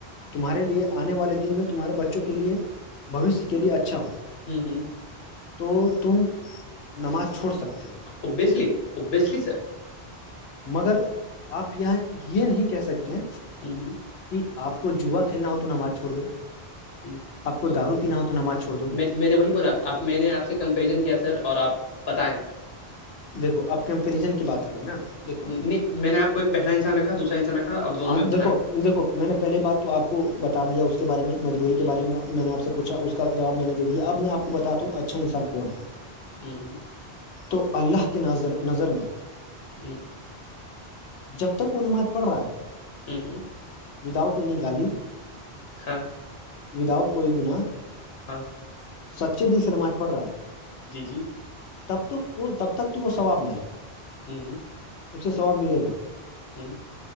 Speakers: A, on the left; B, on the left.
A: تمہارے آنے والے دن میں تمہارے بچوں کےےھوشیہ کے لیے اچھا اچھا ہو
B: ہ ہ
A: تو تم نماز چھوڑ سکتے ہو
B: اوبسلی ابسلی سر
A: مگر آپ یہاں یہ نہیں کہہ سکتے ہیں
B: ہوں ہوں
A: کہ آپ کو جوا کھیلنا ہو تو نماز چھوڑ دو
B: ہ
A: آپ کو
B: تو
A: دارو پینا ہو تو نماز چھوڑ دو
B: میں میں نے وہی بولا آپ میں نے آپ سے کمپیریزن کیا سر اور آپ بتائیں
A: دیکھو اب کمپریزن کی بات آئے گی نا دیکھو
B: نہیں میں نے آپ کو ایک پہلا انسان رکھا دوسرا انسان رکھا آپ دونوں
A: ہاں
B: میں
A: دیکھو
B: بتائیں
A: دیکھو میں نے پہلے بات تو آپ کو بتا دیا اس کے بارے میں مجبوری کے
B: ہ
A: بارے میں میں نے آپ سے پوچھا اس کا جواب میں نے دیا اب میں آپ کو بتات ہوں اچھا انسان کون ہے
B: ہوں ہوں
A: تو اللہ کی نظر نظر میں
B: ہ <unintelligible>
A: جب تک وہ نماز پڑ رہا
B: ہوں ہوں
A: وداؤٹ ایننی گالی
B: ہاں
A: وداؤٹ کوئی گنا
B: ہاں
A: <inaudible>
B: جی جی
A: تب تک تو تب تک تو وہ ثواب میں ہے
B: ہوں ہوں
A: اس سے سواب ملے گا
B: ہوں